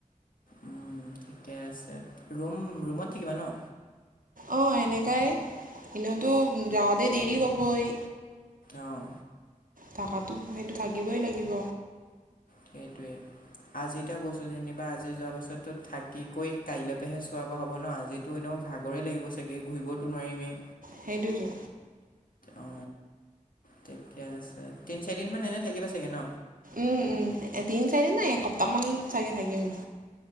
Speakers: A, on the left; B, on the right.
A: উম ঠিকে আছে ৰুম ৰুমত থাকিবা ন
B: অঁ এনেকাই এনেওতো যাওঁতে দেৰি হ'বই
A: অহ
B: থকাটো সেইটো থাকিবই লাগিব
A: সেইটোৱেই আজি এতিয়া গৈছো যেনিবা আজি যোৱাৰ পাছতো থাকি কৈ কাইলৈ পৰাহে চোৱাকৈ হ'ব ন আজিতো এনেও ভাগৰে লাগিব চাগে ঘূৰিবতো নোৱাৰিমেই
B: সেইটোৱে টো
A: অ ঠিকে আছে তিন চাৰি দিন মান এনে থাকিবা চাগে ন
B: উম উম তিনি চাৰিদ নাই এসপ্তাহমান চাগে থাকিম